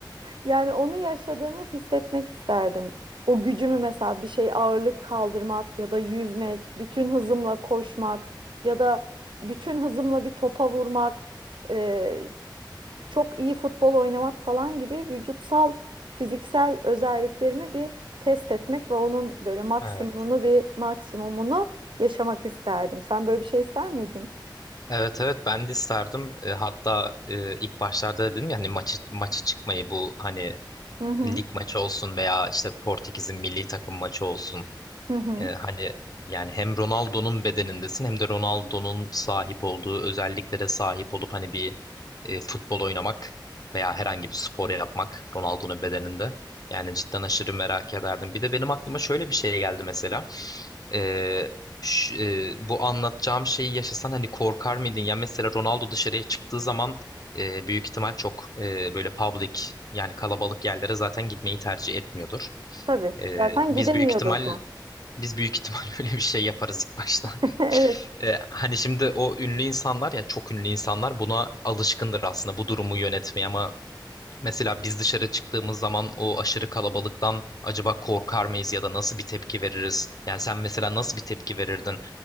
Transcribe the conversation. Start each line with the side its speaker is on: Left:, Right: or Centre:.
Right: Yani onu yaşadığımı hissetmek isterdim. O gücümü mesela bir şey ağırlık kaldırmak ya da yüzmek, bütün hızımla koşmak ya da bütün hızımla bir topa vurmak. e, çok iyi futbol oynamak falan gibi vücutsal, fiziksel özelliklerimi bir test etmek ve onun böyle maksimumunu
Left: Evet.
Right: bir maksimumunu yaşamak isterdim. Sen böyle bir şey ister miydin?
Left: Evet evet ben de isterdim. E, hatta e, ilk başlarda dedim ya hani maçı maça çıkmayı bu hani
Right: Hı hı.
Left: lig maçı olsun veya işte Portekiz'in milli takım maçı olsun.
Right: Hı hı.
Left: Ee, hani yani hem Ronaldo'nun bedenindesin hem de Ronaldo'nun sahip olduğu özelliklere sahip olup hani bir e, futbol oynamak veya herhangi bir spor yapmak Ronaldo'nun bedeninde. Yani cidden aşırı merak ederdim. Bir de benim aklıma şöyle bir şey geldi mesela. Ee, ş- e, bu anlatacağım şeyi yaşasan hani korkar mıydın? Ya mesela Ronaldo dışarıya çıktığı zaman e, büyük ihtimal çok e, böyle public yani kalabalık yerlere zaten gitmeyi tercih etmiyordur.
Right: Tabii.
Left: Ee,
Right: Zaten
Left: biz
Right: gidemiyordur
Left: büyük ihtimal
Right: da.
Left: biz büyük ihtimal <laughs> öyle bir şey yaparız ilk başta.
Right: <laughs>
Left: <laughs>
Right: Evet.
Left: E, hani şimdi o ünlü insanlar ya çok ünlü insanlar buna alışkındır aslında bu durumu yönetmeye ama mesela biz dışarı çıktığımız zaman o aşırı kalabalıktan acaba korkar mıyız ya da nasıl bir tepki veririz? Yani sen mesela nasıl bir tepki verirdin?